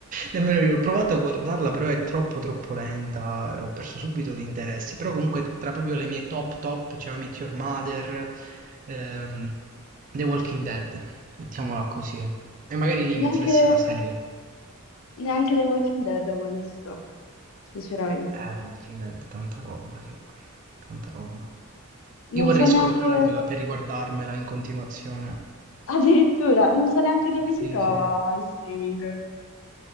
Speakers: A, on the right (about 35°); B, on the left (about 65°).
A: nemmeno io. Ho provato a guardarla, però è troppo troppo lenta, e ho perso subito l'interesse. Però comunque tra proprio le mie top top c'è Meet Your Mother, ehm, The Walking Dead, mettiamola così. E magari Limitless
B: Neanche,
A: la serie.
B: neanche The Walking Dead ho mai visto, sinceramente.
A: Eh, The Walking Dead, tanta roba, sì. Tanta roba. Io
B: Non
A: vorrei
B: so
A: scordarmela
B: neanche,
A: per riguardarmela in continuazione.
B: addirittura, non so neanche dove si
A: Sì,
B: trova
A: sì.
B: in streaming.